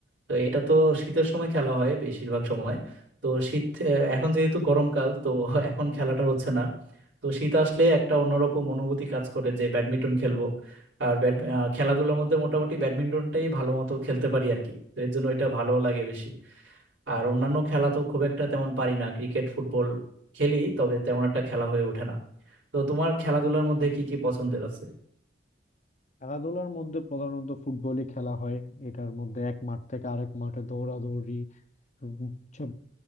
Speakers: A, on the right; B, on the left.
A: তো এটা তো শীতের সময় খেলা হয় বেশিরভাগ সময় তো শীত আহ, এখন যেহেতু গরমকাল তো <laughs> এখন খেলাটা হচ্ছে না তো শীত আসলে একটা অন্যরকম অনুভূতি কাজ করে যে ব্যাডমিন্টন খেলবো আর ব্যাড আহ, খেলাধুলার মধ্যে মোটামুটি ব্যাডমিন্টনটাই ভালো মতো খেলতে পারি আর কি তো এর জন্য এটা ভালো লাগে বেশি আর অন্যান্য খেলা তো খুব একটা তেমন পারি না ক্রিকেট ফুটবল খেলি তবে তেমন একটা খেলা হয়ে ওঠে না তো তোমার খেলাধুলার মধ্যে কি কি পছন্দের আছে
B: খেলাধুলার মধ্যে প্রধানত ফুটবলই খেলা হয় এটার মধ্যে এক মাঠ থেকে আরেক মাঠে দৌড়াদৌড়ি উম, হচ্ছে